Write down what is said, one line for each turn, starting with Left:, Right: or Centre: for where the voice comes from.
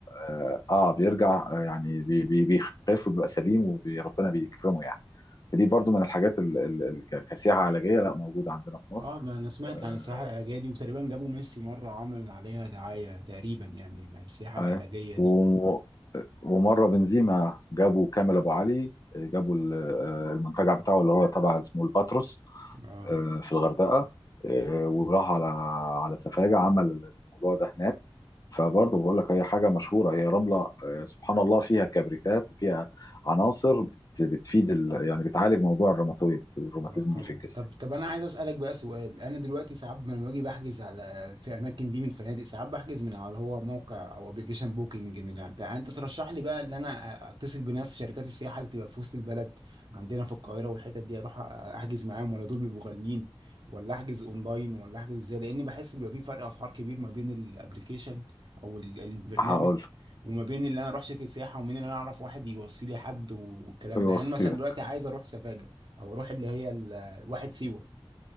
Left: اه آه، بيرجع آه، يعني بي- بي- بيخف وبيبقى سليم وربنا بيكرمه يعني فدي برضو من الحاجات اللي كسياحة علاجية لا موجودة عندنا في مصر
Right: اه ما انا سمعت
Left: آه،
Right: عن السياحه العلاجيه دي وتقريبا جابوا ميسي مره عمل عليها دعايه تقريبا يعني السياحه العلاجيه
Left: ايوه و-
Right: دي
Left: ومرة بنزيما جابوا كامل ابو علي آه، جابوا ال- آه، المنتجع بتاعه اللي هو طبعا اسمه الباتروس
Right: اه
Left: آه، في الغردقة آه، وراح على على سفاجة عمل الموضوع ده هناك فبرضه بقول لك هي حاجه مشهوره هي رمله آه، سبحان الله فيها كبريتات وفيها عناصر بت- بتفيد ال... يعني بتعالج موضوع الروماتويد الروماتيزم
Right: اه طبعا
Left: اللي في الجسم
Right: طب طب انا عايز اسالك بقى سؤال انا دلوقتي ساعات لما باجي بحجز على في اماكن دي من فنادق ساعات بحجز من على هو موقع او ابلكيشن بوكينج من بتاع انت ترشح لي بقى ان انا اتصل بناس شركات السياحه اللي بتبقى في وسط البلد عندنا في القاهره والحتت دي اروح احجز معاهم ولا دول بيبقوا غاليين ولا احجز اونلاين ولا احجز ازاي لاني بحس ان بيبقى في فرق اسعار كبير ما بين الابلكيشن او ال- البرنامج
Left: هقول لك
Right: وما بين اللي انا اروح شركه سياحه ومين اللي انا اعرف واحد يوصي لي حد والكلام
Left: يوصي
Right: ده يعني انا مثلا
Left: لك
Right: دلوقتي عايز اروح سفاجه او اروح اللي هي ال- واحد سيوه